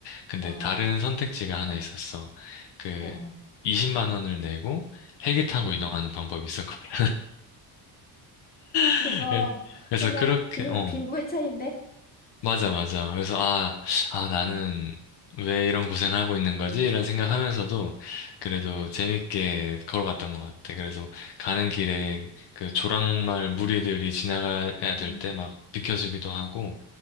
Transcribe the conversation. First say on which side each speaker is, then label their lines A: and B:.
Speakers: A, on the left (about 70°); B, on the left (about 20°).
A: 근데
B: 어,
A: 다른 선택지가 하나 있었어. 그
B: 어,
A: 20만 원을 내고 헬기 타고
B: 어.
A: 이동하는 방법이 있었거든. <laughs>
B: 그거,
A: 그래서
B: 그냥
A: 그렇게,
B: 빈,
A: 어.
B: 빈부의 차이인데?
A: 맞아, 맞아. 그래서, 아, 아, 나는 왜 이런 고생을 하고 있는 거지? 이런 생각하면서도 그래도 재밌게 걸어갔던 것 같아. 그래서 가는 길에 그 조랑말 무리들이 지나가야 될
B: 음,
A: 때 막 비켜주기도 하고